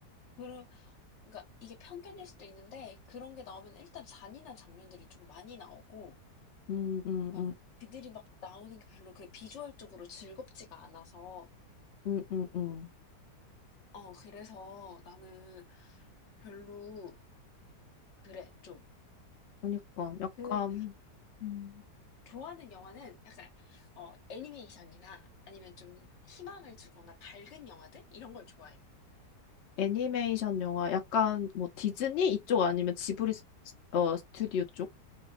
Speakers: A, on the left; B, on the left.
A: 그러, 그러니까 이게 편견일 수도 있는데, 그런 게 나오면 일단 잔인한 장면들이 좀 많이 나오고,
B: 음, 음,
A: 막
B: 음,
A: 그들이 막 나오는 게 별로 그 비주얼적으로 즐겁지가 않아서,
B: 음, 음, 음.
A: 어, 그래서 나는 별로, 그래, 좀.
B: 그러니까 약간
A: 그,
B: 음,
A: 좋아하는 영화는 약간 어, 애니메이션이나 아니면 좀 희망을 주거나 밝은 영화들 이런 걸 좋아해.
B: 애니메이션 영화, 약간 뭐 디즈니 이쪽 아니면 지브리 스- 어, 스튜디오 쪽?